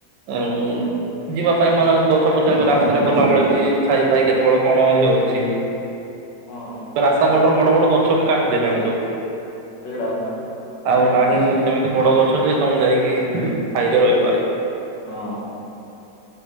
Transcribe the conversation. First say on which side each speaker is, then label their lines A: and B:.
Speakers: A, on the right; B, on the left.
A: ଏଇଁ
B: ହୁଁ
A: ଯିବା ପାଇଁ ମାନେ ବ ଗଛ ପଛ ବି ରାସ୍ତାରେ ଗଲାବେଳେ ବି ଛାଇ ଫାଇ କେତେବେଳେ କଣ ଇଏ ହଉଛି।
B: ହଁ
A: ରାସ୍ତା କଡର ବଡ ବଡ ଗଛ ବି କାଟିଦେଲେଣି ସବୁ।
B: ସେଇ ହ୍ର <unintelligible>
A: ଆଉ ନାହିଁ ସେମିତି ବଡ ଗଛ ଯେ ତମେ ଯାଇକି ଛାଈରେ ରହିପାରିବ।
B: ହଁ।